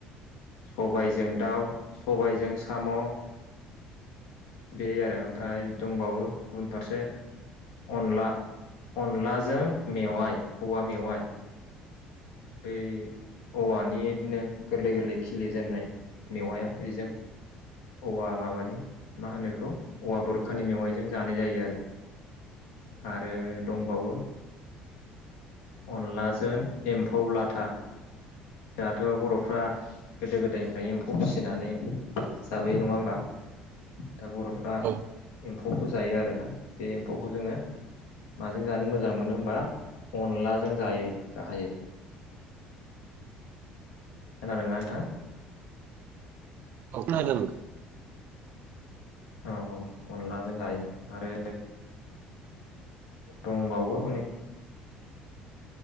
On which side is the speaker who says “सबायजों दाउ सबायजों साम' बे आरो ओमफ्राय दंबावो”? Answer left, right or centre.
Left